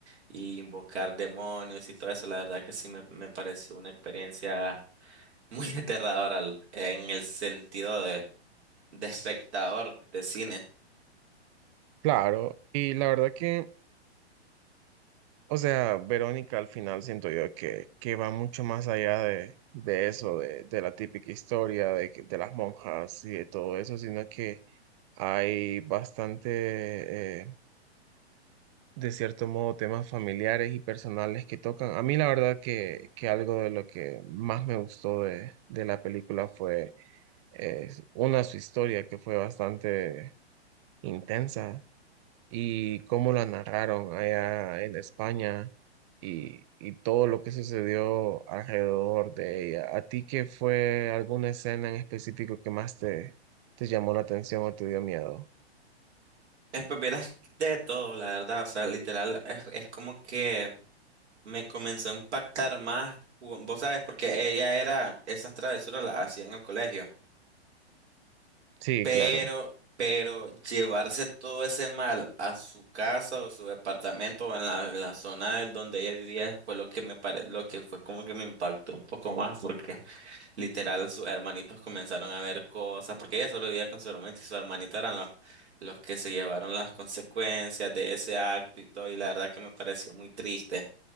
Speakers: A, on the right (about 75°); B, on the right (about 30°).
A: y invocar demonios y todo eso, la verdad que sí me, me pareció una experiencia. Muy <laughs> aterrador al- en el sentido de, de espectador de cine.
B: claro, y la verdad que O sea, Verónica al final siento yo que, que va mucho más allá de, de eso, de, de la típica historia de, que- de las monjas y de todo eso, sino que hay bastante, eh, de cierto modo, temas familiares y personales que tocan. A mí la verdad que, que algo de lo que más me gustó de, de la película fue eh, una, su historia que fue bastante intensa y cómo la narraron allá en España y, y todo lo que sucedió alrededor de ella. ¿A ti qué fue alguna escena en específico que más te, te llamó la atención o te dio miedo?
A: Eh, pues vieras de todo, la verdad. O sea, literal, es, es como que me comenzó a impactar más. cu- Vos sabes, porque ella era, esas travesuras las hacía en el colegio.
B: Sí,
A: Pero,
B: claro.
A: pero llevarse todo ese mal a su casa o su departamento o en la, en la zona de donde ella vivía fue lo que me pare, lo que fue como que me impactó un poco más porque Literal, sus hermanitos comenzaron a ver cosas, porque ella solo vivía con su hermanito y su hermanito eran los, los que se llevaron las consecuencias de ese acto y todo, y la verdad que me pareció muy triste.